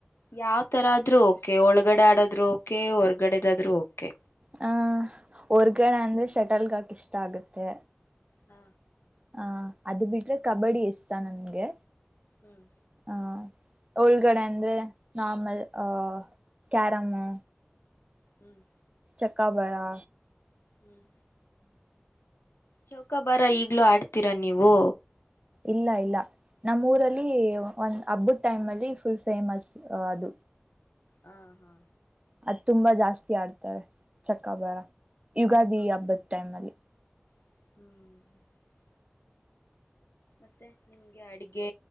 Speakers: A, on the left; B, on the right.
A: ಯಾವ್ ತರ ಆದ್ರೂ ಓಕೆ ಒಳಗಡೆ ಆಡೋದ್ರು ಓಕೆ ಹೊರ್ಗಡೆದಾದ್ರು ಓಕೆ
B: ಹ ಹೊರ್ಗಡೆ ಅಂದ್ರೆ ಶಟಲ್ಗಾಕ ಇಷ್ಟ ಆಗತ್ತೆ
A: ಹಾ
B: ಹ ಅದು ಬಿಟ್ರೆ ಕಬಡ್ಡಿ ಇಷ್ಟ ನನ್ಗೆ
A: ಹ್ಮ್
B: ಹ ಉಳ್ಗಡೆ ಅಂದ್ರೆ ನಾರ್ಮಲ್ ಆಹ ಕ್ಯಾರಮು
A: ಹ್ಮ್
B: ಚಕ್ಕಾಬರಾ
A: ಹ್ಮ್ ಚೌಕಾ ಬಾರ ಈಗ್ಲೂ ಆಡ್ತೀರಾ ನೀವು.
B: ಇಲ್ಲ ಇಲ್ಲ ನಮ್ಮ ಊರಲ್ಲಿ ಒಂದ್ ಹಬ್ಬದ ಟೈಮ್ ಅಲ್ಲಿ ಫುಲ್ ಫೇಮಸ್ ಅದು‌
A: ಹಾ ಹಾ
B: ಅದ್ ತುಂಬಾ ಜಾಸ್ತಿ ಆಡ್ತಾರೆ ಚಕ್ಕಬರ ಯುಗಾದಿ
A: ಹ
B: ಈ ಹಬ್ಬದ ಟೈಮ್ ಅಲ್ಲಿ.
A: ಹ್ಮ್ ಮತ್ತೆ ನಿಮ್ಗೆ ಅಡಗೆ